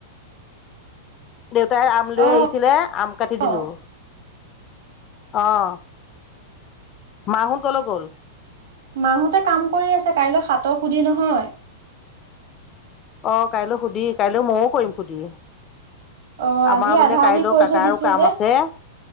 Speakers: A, on the left; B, on the right.
A: দেউতাই আম লৈ
B: অ
A: আহিছিলে, আম কাটি দিলোঁ।
B: অ
A: অ', মা হ'ত ক'লৈ গ'ল?
B: মা হতে কাম কৰি আছে। কাইলৈ সাতৰ সুধি নহয়।
A: অ', কাইলৈ সুধি, কাইলৈ ময়ো কৰিম সুধি।
B: অ আজি
A: আমাৰ বোলে
B: আধা
A: কাইলৈ
B: আধি কৰি
A: কাকাৰো
B: থৈ দিছে
A: কাম
B: যে
A: আছে।